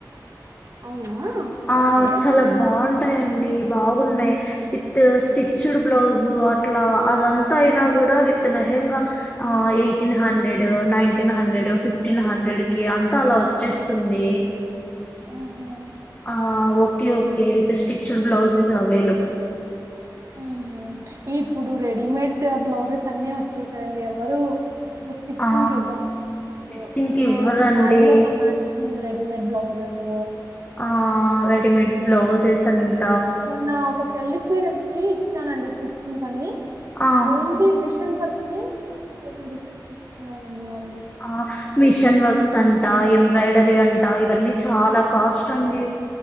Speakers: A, on the right; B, on the left.
A: అవునా
B: ఆ
A: ఓకే
B: చాలా బాగుం టాయండి బాగున్నాయి విత్ స్టిచ్డ్ బ్లౌజు అట్లా అదంతా అయినా కూడా కూడా విత్ లేహేంగా ఆ eighteen hundred nineteen hundred fifteen hundred కి అంతా అలా వచ్చేస్తుంది
A: ఆహా
B: ఆ okay okay with stitched blouses available
A: ఆహ ఇప్పుడు రెడీమేట్ బ్లౌజెస్ అన్ని వచ్చేసాయండి ఎవరు ఇప్పుడు స్టిచ్చింగ్
B: ఆ
A: కి ఇవ్వడం లేదు అసలు
B: స్టిచ్చింగ్ కి ఇవ్వరండి
A: ఏ శారీ లో ఒక మ్యాచింగ్ రెడిమేడ్ బ్లౌజెస్
B: ఆ రెడిమేడ్ బ్లౌజెస్ అంత
A: మొన్న ఒక పెళ్లి చీరకి ఇచ్చానండి స్టిచ్చింగ్ కి అని
B: ఆ
A: ఓన్లీ మి వర్క్ కి టూ థౌసండ్ రూపీస్ తీసుకున్నారండి వాళ
B: ఆ మిషన్ వర్క్స్ అంట ఎంబ్రాయిడరీ అంటా ఇవన్నీ చాలా కాస్ట్ అండి